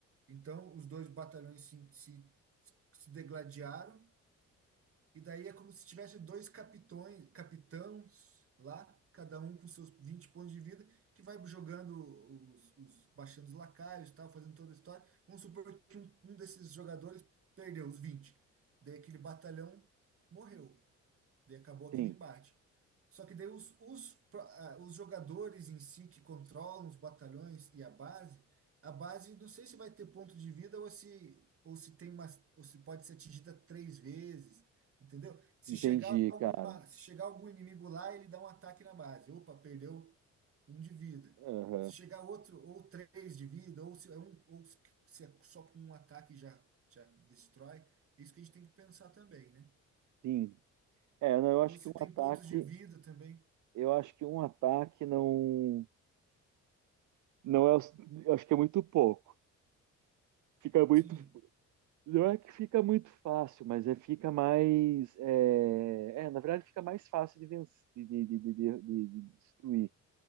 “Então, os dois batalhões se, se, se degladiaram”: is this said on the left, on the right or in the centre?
Right